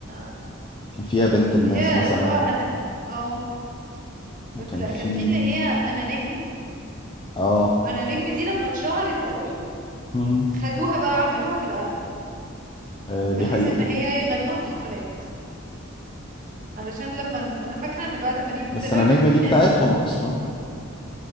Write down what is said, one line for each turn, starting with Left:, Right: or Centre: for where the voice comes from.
Right: أم،
Left: كان فيها بنت الناس
Right: اللي هي
Left: مثلا
Right: اللي هو انا اه
Left: وكان
Right: بس لا
Left: في
Right: كان في اللي هي انا نجم
Left: اه
Right: انا نجم دي لما اتشهرت قوي
Left: مم،
Right: خدوها بقى عملوها في الالبوم
Left: آه،
Right: بحيث
Left: دي حقيقة
Right: ان هي يغنوها في الحفلات علشان لما انا فاكره ان بعد ما ريفو
Left: بس
Right: طلع
Left: انا
Right: كان
Left: نجم
Right: في
Left: دي
Right: ناس
Left: بتاعتهم اصلا